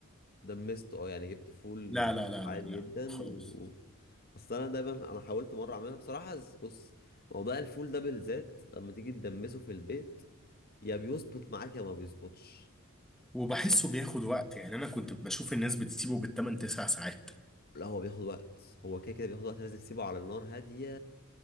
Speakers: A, on the left (about 45°); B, in the centre.
A: دمسته اه يعني جبت فول
B: لا لا لا
A: عادي
B: لا لا
A: جدا
B: خالص
A: و اصل انا دايما انا حاولت مره اعملها بصراحه بس- بص موضوع الفول ده بالذات لما تيجي تدمسه في البيت يا بيظبط معاك يا ما بيظبطش
B: وبحسه بياخد وقت يعني انا كنت بشوف الناس بتسيبه بالثمان تسع ساعات
A: لا هو بياخد وقت هو كده كده بياخد وقت لازم تسيبه على النار هاديه